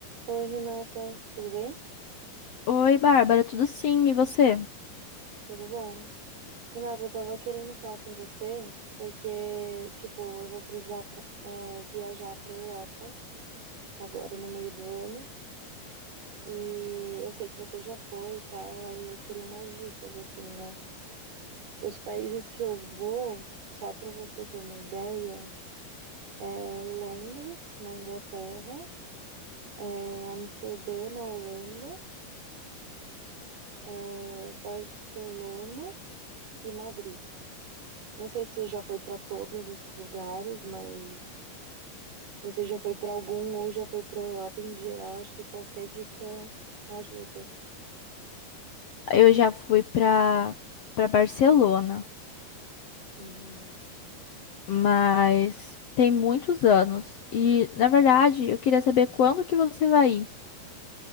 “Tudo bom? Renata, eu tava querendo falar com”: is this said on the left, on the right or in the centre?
Right